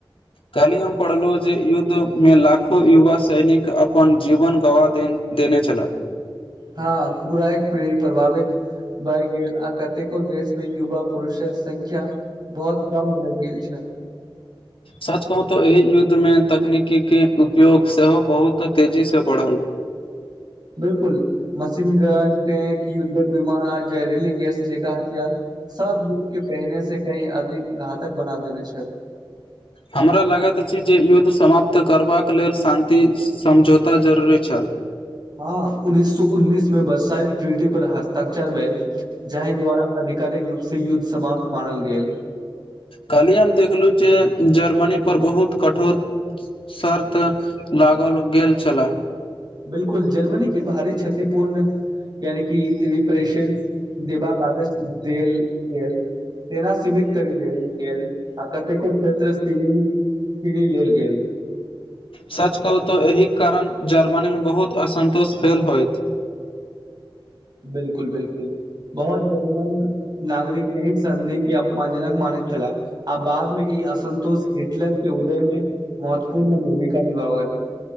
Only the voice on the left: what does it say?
कनियो पढ़लौहु जे युद्ध में लाखो युवा सैनिक अपन जीवन गवा देन देने छल
सच कहू तो एहि युद्ध में तकनीकी के उपयोग सेहो बहुत तेजी से बढ़ल
हमरा लगैत अछि जे युद्ध समाप्त करबाक लेल शान्ति समझौता जरूरी छल
कलहि हम देखलहु जे जर्मनी पर बहुत कठोर शर्त लागल गेल छले
सच कहू त एहि कारण जर्मनी में बहुत असन्तोष फेल होय